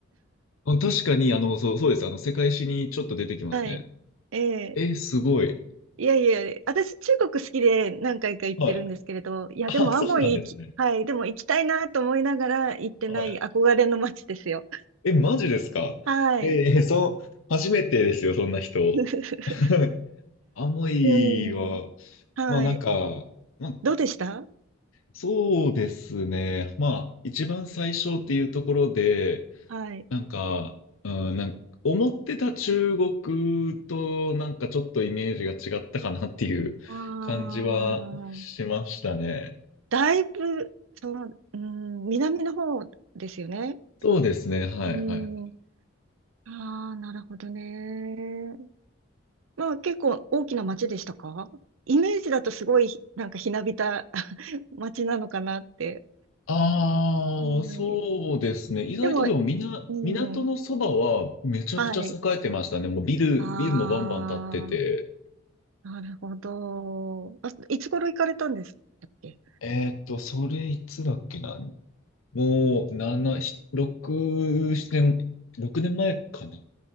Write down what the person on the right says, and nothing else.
はい。ええ
いやいや、私、中国好きで何回か行ってるんですけれど、
いや、
でも、
アモイ行き、はい、でも行きたいなと思いながら行ってない憧れの街ですよ。
はい。
<laughs>
うん。はい。
どうでした
はい。
ああ、だいぶ、その、うん、南の方ですよね。
うん。ああ、なるほどね。まあ結構大きな町でしたかイメージだとすごいなんかひなびた <laughs> 町なのかなって。
はい。
でも、う
ん。はい。
あ
あ、なるほど。あ、いつ頃行かれたんですっけ